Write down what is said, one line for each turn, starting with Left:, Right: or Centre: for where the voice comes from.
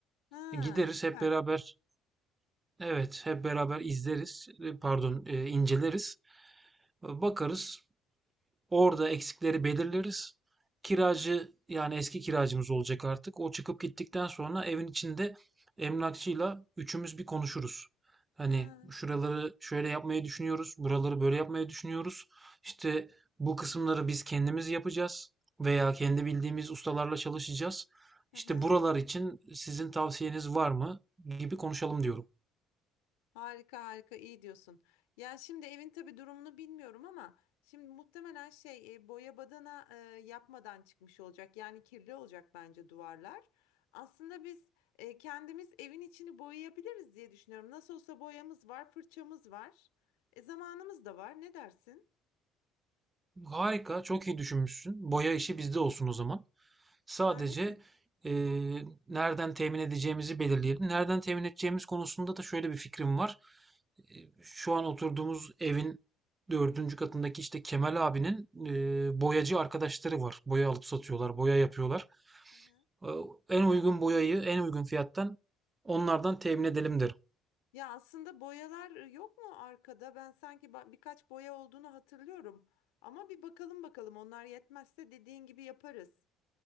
Left: Ha,
Right: E, Gideriz
Left: süper.
Right: hep beraber. Evet, hep beraber izleriz. e, Pardon, e, inceleriz. E, Bakarız. Orada eksikleri belirleriz. Kiracı
Left: Hı hı.
Right: yani eski kiracımız olacak artık. O çıkıp gittikten sonra evin içinde emlakçıyla üçümüz bir konuşuruz. Hani
Left: Ha.
Right: şuraları şöyle yapmayı düşünüyoruz, buraları böyle yapmayı düşünüyoruz. İşte bu kısımları biz kendimiz yapacağız veya kendi bildiğimiz ustalarla çalışacağız. İşte
Left: Hı hı.
Right: buralar için sizin tavsiyeniz var mı gibi konuşalım diyorum.
Left: Harika harika iyi diyorsun. Yani şimdi evin tabii durumunu bilmiyorum ama şimdi muhtemelen şey e, boya badana e, yapmadan çıkmış olacak. Yani kirli olacak bence duvarlar. Aslında biz e, kendimiz evin içini boyayabiliriz diye düşünüyorum. Nasıl olsa boyamız var, fırçamız var. E, zamanımız da var. Ne dersin?
Right: Harika, çok iyi düşünmüşsün. Boya işi bizde olsun o zaman. Sadece,
Left: Yani evet.
Right: eee, nereden temin edeceğimizi belirleyelim. Nereden temin edeceğimiz konusunda da şöyle bir fikrim var. Eee, şu an oturduğumuz evin dördüncü katındaki, işte, Kemal abinin, eee, boyacı arkadaşları var. Boya alıp satıyorlar, boya yapıyorlar.
Left: Hı hı.
Right: Ooo, en uygun boyayı en uygun fiyattan onlardan temin edelim derim.
Left: Ya aslında boyalar yok mu arkada? Ben sanki ba- birkaç boya olduğunu hatırlıyorum. Ama bir bakalım bakalım onlar yetmezse dediğin gibi yaparız.